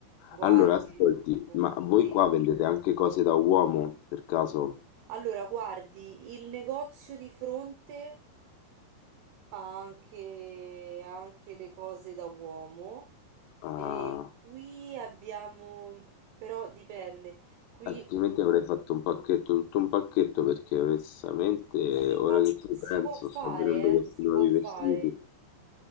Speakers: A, on the right (about 75°); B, on the left (about 80°).
A: Guardi,
B: Allora, ascolti,
A: eh,
B: ma voi
A: sì.
B: qua vendete anche cose da uomo, per caso?
A: Allora, guardi, il negozio di fronte... anche, anche le cose da uomo.
B: Ah,
A: E qui abbiamo, però dipende, qui
B: Altrimenti avrei fatto un pacchetto, tutto un pacchetto, perché onestamente,
A: si
B: ora
A: può, f-
B: che ci
A: si
B: penso,
A: può fare,
B: sto vedendo questi
A: eh? Si
B: nuovi
A: può fare,
B: vestiti,